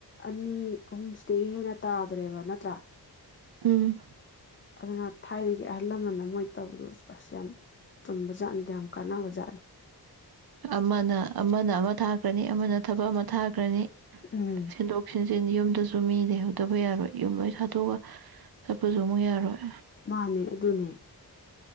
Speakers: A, on the left (about 30°); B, on the right (about 65°).
A: ꯑꯅꯤ ꯑꯍꯨꯝꯁꯤꯗꯒꯤ ꯍꯦꯟꯅ ꯇꯥꯗ꯭ꯔꯦꯕ ꯅꯠꯇ꯭ꯔꯥ
B: ꯎꯝ
A: ꯑꯗꯨꯅ ꯊꯥꯏꯅꯒꯤ ꯑꯍꯜ ꯂꯃꯟꯅ ꯃꯣꯏ ꯇꯧꯕꯗꯨ ꯑꯁ ꯌꯥꯝ ꯆꯨꯝꯕ ꯖꯥꯠꯅꯤꯗ ꯌꯥꯝ ꯀꯥꯟꯅꯕ ꯖꯥꯠꯅꯤ
B: ꯑꯃꯅꯥ ꯑꯃꯅꯥ ꯑꯃ ꯊꯥꯈ꯭ꯔꯅꯤ ꯑꯃꯅ ꯊꯕꯛ ꯑꯃ ꯊꯥꯈ꯭ꯔꯅꯤ
A: ꯎꯝ
B: ꯁꯤꯟꯗꯣꯛ ꯁꯤꯟꯖꯤꯟ ꯌꯨꯝꯗꯨꯁꯨ ꯃꯤ ꯂꯩꯍꯧꯗꯕ ꯌꯥꯔꯣꯏ ꯌꯨꯝ ꯂꯣꯏ ꯊꯥꯗꯣꯛꯑꯒ ꯆꯠꯄꯁꯨ ꯑꯃꯨꯛ ꯌꯥꯔꯣꯏ
A: ꯃꯥꯟꯅꯦ ꯑꯗꯨꯅꯦ